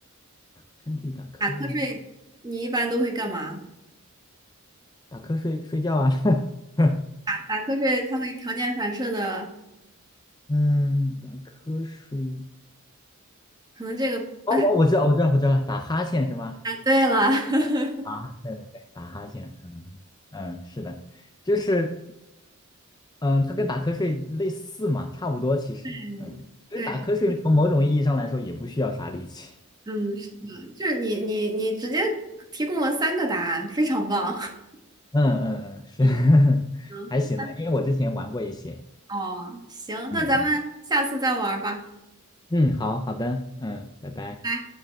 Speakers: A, on the left (about 20°); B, on the right (about 20°).
A: 喷嚏打瞌睡是啥？
B: 打瞌睡，你一般都会干嘛？
A: 打瞌睡睡觉啊。<laughs>
B: 打打瞌睡，它会条件反射的，
A: 嗯，打瞌睡。
B: 可能这个不太
A: 哦，我我知道，我知道，我知道了，打哈欠是吗？
B: 啊。对了，<laughs>
A: 啊，对对对，打哈欠，嗯嗯，是的，就是，嗯，它跟打瞌睡类似嘛，差不多其实，
B: 嗯，
A: 嗯，其实打瞌睡从某种意义上来说也不需要啥力气，
B: 对，嗯，是的，就是你你你直接提供了三个答案，非常棒。<laughs>
A: <laughs> 嗯嗯嗯，是，
B: 嗯，
A: <laughs>
B: 行，
A: 还行了，因为我之前玩过一些，
B: 哦，行，
A: 嗯嗯
B: 那咱们下次再玩儿吧。
A: 嗯，好好的，嗯，拜拜。
B: 拜。